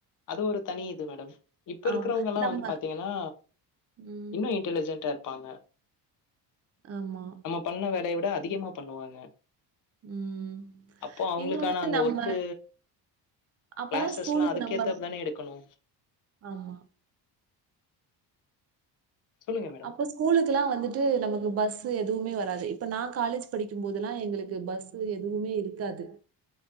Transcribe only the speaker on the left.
அது ஒரு தனி இது மேடம் இப்ப இருக்கறவங்கல்லா
வந்து பாத்தீங்கனா
இன்னு இன்டெலிஜென்டா இரு ப்பாங்க
நம்ம பண்ண வேலைய விட அதிகமா பண்ணுவாங்க
அப்போ அவங்களுக்கான
அந்த
ஒர்க்கு
கிளாஸஸ்லா
அதுக்கேத்தாப்
தானே எடுக்கணு
சொல்லுங்க மேடம்